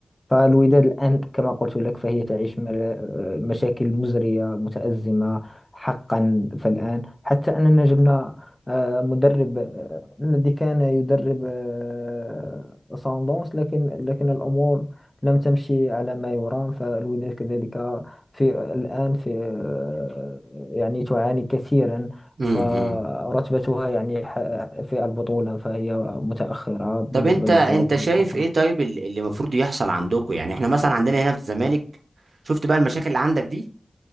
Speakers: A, on the left; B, on the right.
A: فالوداد الآن كما قلت لك فهي تعيش مل- مشاكل مزرية متأزمة حقا فالآن حتى أننا جبنا آه، مدرب آه، الذي كان يدرب آه، ساندونس لكن لكن الأمور لم تمشي على ما يرام فالوداد كذلك في الآن في آه، يعني تعاني كثيرا
B: امم
A: فرتبتها
B: امم
A: يعني ح- في البطولة فهي متأخرة بالنسبة
B: طب انت
A: للفروق
B: انت شايف
A: الأخرى
B: ايه طيب ال- اللي المفروض يحصل عندكم يعني احنا مثلا عندنا هنا في الزمالك شفت بقى المشاكل اللي عندك دي